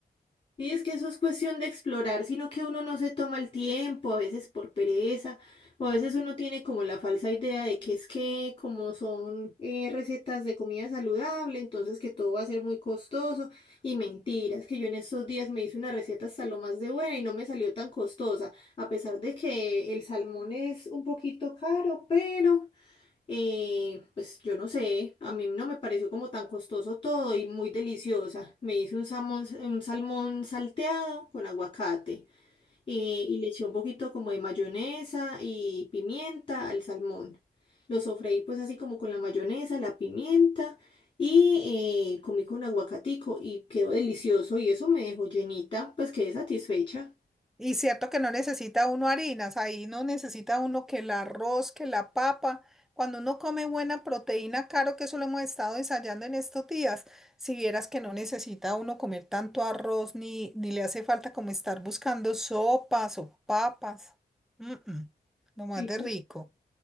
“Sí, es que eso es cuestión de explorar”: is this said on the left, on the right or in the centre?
Left